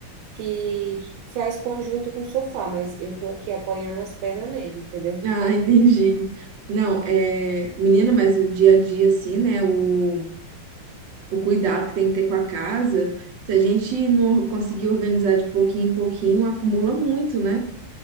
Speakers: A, on the right; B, on the right.
A: que faz conjunto com o sofá, mas eu tô aqui apoiando as pernas nele, entendeu?
B: Ah, <laughs> entendi. Não, é, menina, mas o dia a dia, assim, né? O, o cuidado que tem que ter com a casa, se a gente não conseguir organizar de pouquinho em pouquinho, acumula muito, né?